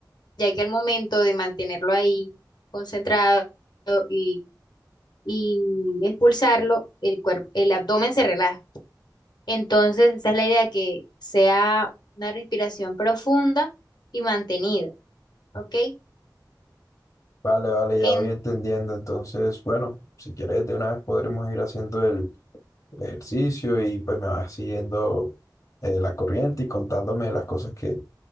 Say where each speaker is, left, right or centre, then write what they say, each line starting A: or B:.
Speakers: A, on the left (about 65°); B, on the left (about 45°).
A: ya que al momento de mantenerlo ahí concentrado y, y expulsarlo, el cuerpo, el abdomen se relaja. Entonces, esa es la idea, que sea una respiración profunda y mantenida, ¿ok?
B: Vale, vale, ya
A: En,
B: voy entendiendo. Entonces, bueno, si quieres, de una vez podremos ir haciendo el el ejercicio y pues me vas siguiendo eh, la corriente y contándome las cosas que,